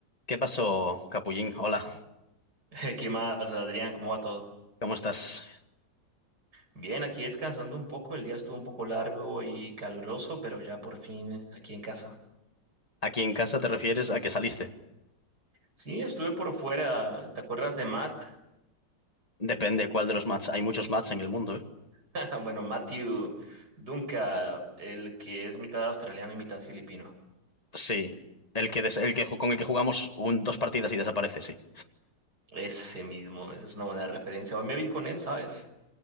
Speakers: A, on the left (about 20°); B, on the right (about 60°).
A: ¿Qué pasó, Capullín? Hola,
B: <laughs> ¿Qué más, Adrián? ¿Cómo va todo?
A: ¿cómo estás?
B: Bien, aquí descansando un poco. El día estuvo un poco largo y caluroso, pero ya por fin aquí en casa.
A: Aquí en casa te refieres a que saliste.
B: Sí, estuve por fuera. ¿Te acuerdas de Matt?
A: Depende cuál de los mats. Hay muchos mats en el mundo, ¿eh?
B: <laughs> Bueno, Matthew Dunca, el que es mitad australiano y mitad filipino.
A: Sí, el que, des- el que ju- con el que jugamos un, dos partidas y desaparece, sí.
B: Ese mismo, esa es una buena referencia. Hoy me vi con él, ¿sabes?